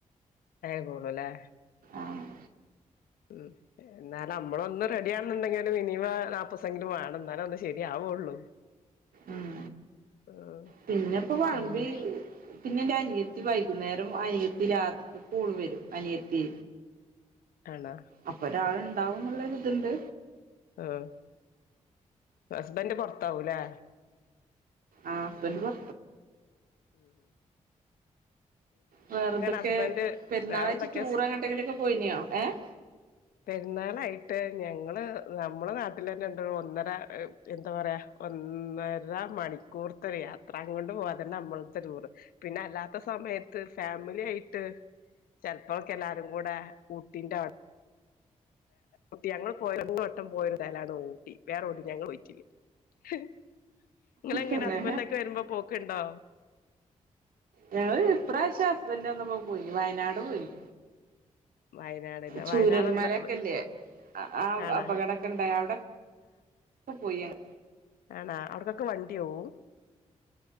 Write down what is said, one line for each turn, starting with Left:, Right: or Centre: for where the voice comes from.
Left: അയാ കൂള്ളൂല്ലേ
Right: ആഹ്
Left: ഉം എന്നാലും നമ്മളൊന്ന് റെഡിയാണെന്നുണ്ടെങ്കില് മിനിമം നാല്പ്പസെങ്കിലും വേണം എന്നാലേ ഒന്ന് ശരിയാവുള്ളൂ
Right: ഉം
Left: ഉം
Right: പിന്നെപ്പെ വളമ്പി
Left: പിന്നെ
Right: പിന്നെ എന്റെ അനിയത്തി വൈകുന്നേരം അനിയത്തി രാത്രിക്ക് ഓള് വരും അനിയത്തി
Left: ആണോ?
Right: അപ്പം ഒരാള് ഇണ്ടാവുംന്ന്ള്ള ഒര്ത് ഇണ്ട്
Left: ആഹ് ഹസ്ബൻഡ് പൊറത്താവൂല്ലേ
Right: ആഹ് ഹസ്ബൻഡ് പൊറ...
Left: ഉം ഉം
Right: വെറൊന്തെക്കെ
Left: ഹസ്ബൻഡ്
Right: പെരുന്നാളായ്റ്റ്
Left: വേറെന്തൊക്കെയാ
Right: ടൂർ
Left: സ്
Right: എങ്ങട്ടെങ്കിലൊക്കെ പോയിനോ ഏഹ്
Left: പെരുന്നാളായിട്ട് ഞങ്ങള് നമ്മളെ നാട്ടിലെന്നെ ഉണ്ട് ഒന്നര.. എന്താ പറയാ ഒന്നര മണിക്കൂർത്തെ ഒരു യാത്ര അങ്ങട്ട് പോവാ അതന്നെ നമ്മളത്തെ ടൂറ് പിന്നെ അല്ലാത്ത സമയത്ത് ഫാമിലി ആയിട്ട് ചെലപ്പോള്ക്കെ എല്ലാരും കൂടെ ഊട്ടിന്റെ ഊട്ടി ഞങ്ങൾ പോയ മൂന്ന് വട്ടം പോയ സ്ഥലമാണ് ഊട്ടി വേറെ ഓടിം ഞങ്ങൾ പോയിട്ടില്ലെയ്നി നിങ്ങളെങ്ങനെ
Right: തന്നെ
Left: ഹസ്ബൻറ്ക്കെ വരുമ്പോ പോക്ണ്ടോ
Right: ഞങ്ങള് ഇപ്രാവശ്യം ഹസ്ബൻഡറ് വന്നപ്പോ പോയിന് വയനാട് പോയിന്
Left: വയനാട്ല്ലേ
Right: ചുരൽ
Left: വയനാട് എന്താ
Right: മലക്കെല്ലേ ആ
Left: ആണാ
Right: അപകടക്കണ്ടായ അവിടെക്കെ പോയി ഞ
Left: ആണോ അവിടെക്കെക്ക വണ്ടി പോവും